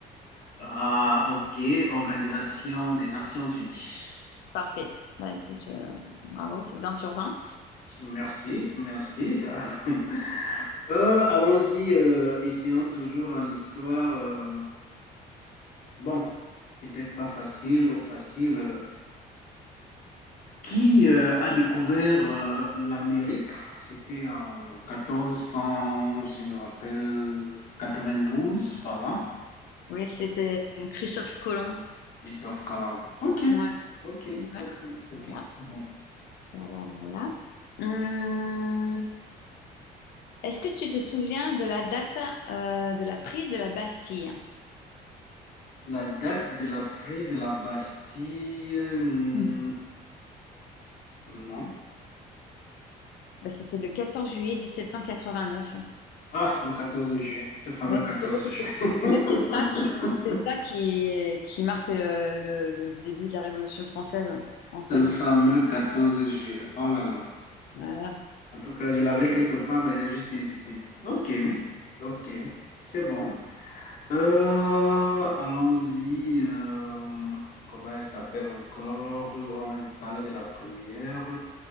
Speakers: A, on the left; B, on the left.
A: Ah, ok. Organisation des Nations Unies.
B: Parfait. Bah écoute, euh, bravo, c'est 20 sur 20.
A: Merci, merci. <laughs> Euh, allons-y, euh, essayons toujours en histoire. euh, bon, peut-être pas facile ou facile. euh. Qui euh, a découvert euh, l'Amérique? C'était en 1400, si je me rappelle, 92 par là.
B: Oui, c'était euh, Christophe Colomb.
A: Christophe Colomb. Ok,
B: Ouais,
A: ok,
B: ouais.
A: ok, ok,
B: Voilà.
A: c'est bon.
B: Voilà, voilà. Hum, est-ce que tu te souviens de la date euh, de la prise de la Bastille?
A: La date de la prise de la Bastille, euh, non,
B: Hmm.
A: non.
B: Bah, c'était le 14 juillet 1789.
A: Ah, le 14 juin, ce fameux
B: Ouais,
A: 14
B: parce qu'en fait, c'était-
A: juin. <laughs>
B: en fait, c'est ça qui, c'est ça qui, qui marque le, le- le début de la Révolution française, en
A: Ce
B: fait.
A: fameux quatorze juin. Oh là là.
B: Voilà.
A: En tout cas, je l'avais quelque part, mais j'ai juste hésité. Ok, ok, c'est bon. Euh, allons-y. euh, comment elle s'appelle encore? Euh, On a parlé de la première.